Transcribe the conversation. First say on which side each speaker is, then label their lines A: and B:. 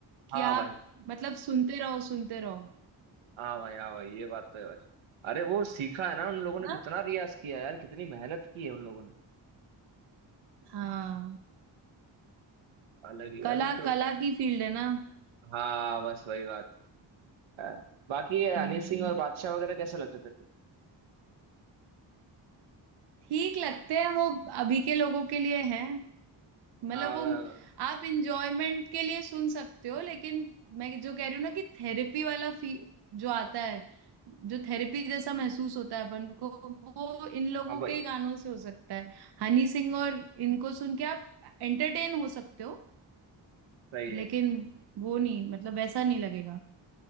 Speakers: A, on the right; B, on the right.
A: कि
B: हाँ
A: आप
B: भाई
A: मतलब सुनते रहो सुनते रहो
B: हाँ भाई हाँ भाई ये बात तो है भाई अरे वो सीखा है ना उन लोगों
A: है
B: ने कितना
A: ना
B: रियाज किया है यार कितनी मेहनत की है उन लोगों ने
A: हाँ
B: अलग ही
A: कला
B: अभी तो
A: कला की फील्ड है ना
B: हाँ बस वही बात है अ, बाकी ये
A: हम्म,
B: हनी सिंह और बादशाह वगैरह कैसे लगते तेरे को
A: ठीक लगते हैं वो अभी के लोगों के लिए है मतलब
B: हाँ
A: वो
B: वा- वा-
A: आप इंजॉयमेंट के लिए सुन सकते हो लेकिन मैं जो कह रही हूँ ना कि थेरेपी वाला फी जो आता है जो थेरेपी जैसा महसूस होता है अपन को वो इन लोगों
B: हाँ भाई
A: के ही गानों से हो सकता है हनी सिंह और इनको सुन के आप एंटरटेन हो सकते हो
B: सही
A: लेकिन
B: है
A: वो नहीं मतलब वैसा नहीं लगेगा